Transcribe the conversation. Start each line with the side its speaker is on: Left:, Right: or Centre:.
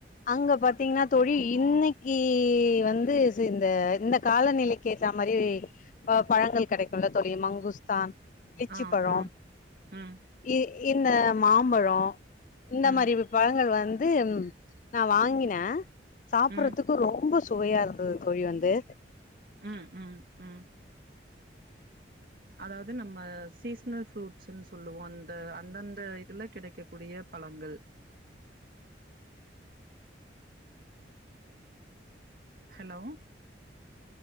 Left: அங்க பாத்தீங்னா தொழி இன்னக்கி வந்து இந்த இந்த காலநிலைக்கி ஏத்த மாரி பழங்கள் கெடக்குல தொழி மங்குஸ்தான் லிச்சி
Right: ஆ
Left: பழோ
Right: ஆ உ
Left: இ இந்த மாம்பழோ இந்த
Right: ம்
Left: மாரி பழங்கள் வந் து நா வாங்கினே சாப்பறதுக்கு
Right: ம்
Left: ரொம்ப சுவையா இருந்தது தோழி வந்து
Right: ம் ம் ம் அதாவது நம்ம சீசனல் ஃப்ரூட்ஸ்ன்னு சொல்லுவோ அந்த அந்தந்த இதுல கிடைக்கக்கூடிய பழங்கள் ஹலோ